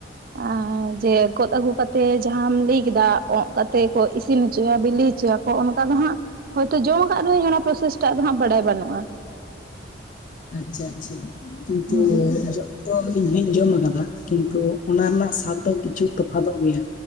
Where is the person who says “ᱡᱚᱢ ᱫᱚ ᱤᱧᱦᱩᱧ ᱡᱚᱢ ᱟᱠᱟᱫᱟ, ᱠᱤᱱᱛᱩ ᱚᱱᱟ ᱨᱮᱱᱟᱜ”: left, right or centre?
Left